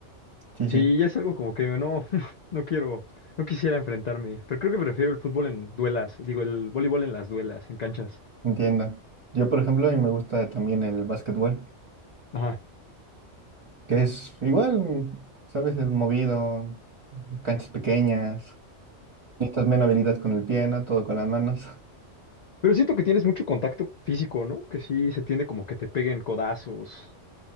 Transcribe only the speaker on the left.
Sí,
ya es algo como que no, <laughs> no quiero, no quisiera enfrentarme, pero creo que prefiero el fútbol en duelas, digo, el voleibol en las duelas, en canchas.
Ajá.
Pero siento que tienes mucho contacto físico, ¿no? Que sí se tiende como que te peguen codazos.